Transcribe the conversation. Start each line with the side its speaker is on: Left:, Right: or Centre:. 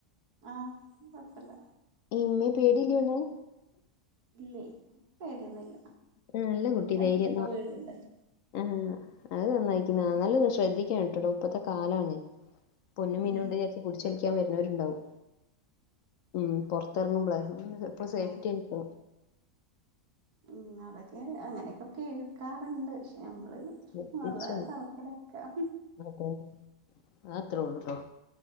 Right: ആഹ് കൊഴപ്പല്ല
Left: ഇമ്മേ പേടീല്ല്യല്ലോ.
Right: ഇല്ലേ ഇപ്പ പേടിയൊന്നുയില്ല
Left: ഉം, നല്ല കുട്ടി
Right: അടുത്തൊക്കെ
Left: ധൈര്യം
Right: വീടുണ്ടല്ലോ.
Left: ആഹ് അത് നന്നായിക്കണ് എന്നാലും ശ്രദ്ധിക്കണം കേട്ടോടൊ ഇപ്പത്തെ കാലമാണ്. പൊന്നും മിന്നും
Right: ഉം
Left: ഉണ്ടു വിചാരിച്ചു പിടിച്ചു വലിക്കാൻ വരുന്നവരുണ്ടാവും ഉം പൊറത് ത്തിറങ്ങുമ്പളെ ഇപ്പോളും സേഫ്റ്റി
Right: ആഹ്
Left: ആയിക്കോ.
Right: ഉം അതൊക്കെ അങ്ങനൊക്കെ കേൾക്കാറുണ്ട് പക്ഷെ നമ്മള്
Left: ശ്രദ്ധിച്ചോ
Right: അള്ളാനെ തൗഫാലാക്കാം.
Left: അതന്നെ അത് അത്രേ ഉള്ളുട്ടോ